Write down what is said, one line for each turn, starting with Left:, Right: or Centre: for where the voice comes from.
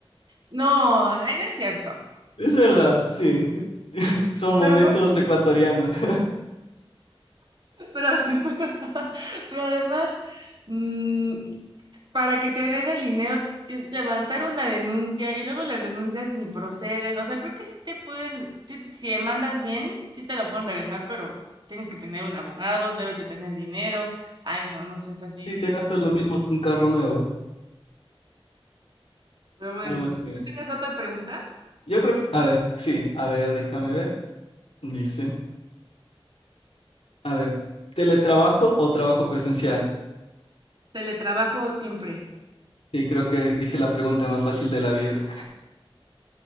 Right: no, ay, no es cierto.
Left: Es verdad, sí. Son momentos
Right: Pero
Left: ecuatorianos. <laughs>
Right: Pero, <laughs> pero además, mm, para que te den el dinero es levantar una denuncia y luego las denuncias ni proceden. O sea, creo que sí te pueden, sí- si demandas bien, sí te lo pueden regresar, pero tienes que tener un abogado, debes de tener dinero. Ay, no, no sé, es así.
Left: Sí, te gastas lo mismo que un carro nuevo,
Right: Pero bueno,
Left: algo así.
Right: ¿tú tienes otra pregunta?
Left: Yo creo que, a ver, sí, a ver, déjame ver. Dice, a ver, ¿teletrabajo o trabajo presencial?
Right: Teletrabajo siempre.
Left: Sí, creo que hice la pregunta más fácil de la vida.